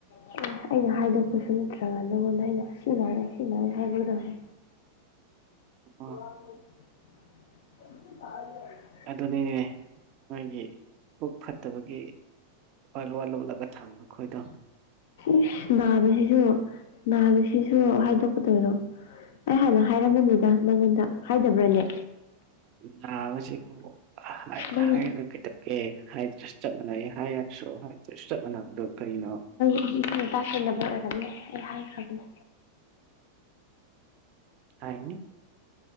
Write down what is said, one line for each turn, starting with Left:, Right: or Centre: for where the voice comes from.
Left: ꯑꯦ ꯑꯩꯅ ꯍꯥꯏꯗꯣꯛꯄꯁꯨ ꯅꯠꯇ꯭ꯔꯒ ꯅꯪꯉꯣꯟꯗ ꯑꯩꯅ ꯁꯤ ꯅꯥꯏ ꯁꯤ ꯅꯥꯏ ꯍꯥꯏꯕꯗꯪꯅꯤ
Right: ꯑꯥ
Left: <unintelligible> <unintelligible>
Right: ꯑꯗꯨꯅꯤꯅꯦ ꯃꯣꯏꯒꯤ ꯄꯨꯛ ꯐꯠꯇꯕꯒꯤ ꯋꯥ ꯂꯣꯠꯂꯥ ꯂꯣꯠꯂꯥꯒ ꯊꯝꯕ ꯈꯣꯏꯗꯣ
Left: ꯏꯁ ꯅꯥꯕꯁꯤꯁꯨ ꯅꯥꯕꯁꯤꯁꯨ ꯍꯥꯏꯗꯣꯛꯀꯗꯣꯏꯔꯣ ꯑꯩ ꯍꯥꯅ ꯍꯥꯏꯔꯝꯒꯅꯤꯗ ꯅꯪꯉꯣꯟꯗ ꯍꯥꯏꯗꯕ꯭ꯔꯅꯦ
Right: ꯅꯥꯕꯁꯦꯀꯣ ꯑꯥ ꯍꯥꯏ
Left: ꯅꯪꯅ
Right: ꯍꯥꯏꯔꯒ ꯀꯩꯗꯧꯒꯦ ꯍꯥꯏꯗ꯭ꯔꯁꯨ ꯆꯥꯞ ꯃꯥꯟꯅꯩ ꯍꯥꯏꯔꯁꯨ ꯍꯥꯏꯗ꯭ꯔꯁꯨ ꯆꯥꯞ ꯃꯥꯟꯅꯕꯗꯨ ꯀꯔꯤꯅꯣ
Left: <unintelligible> ꯇꯥꯁꯤꯟꯗꯕꯒꯤ ꯑꯣꯏꯔꯝꯅꯤ ꯑꯩ ꯍꯥꯏꯈ꯭ꯔꯕꯅꯦ
Right: ꯍꯥꯏꯅꯤ